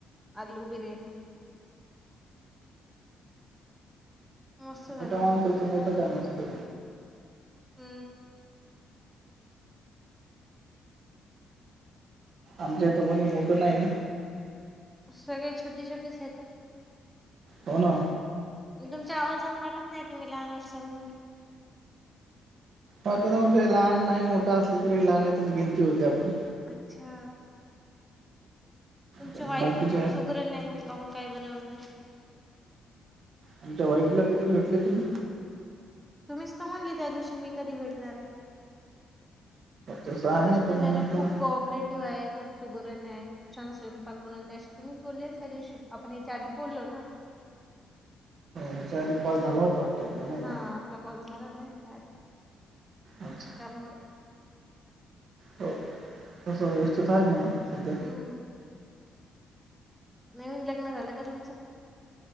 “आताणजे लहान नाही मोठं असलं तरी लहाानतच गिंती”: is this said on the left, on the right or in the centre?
Right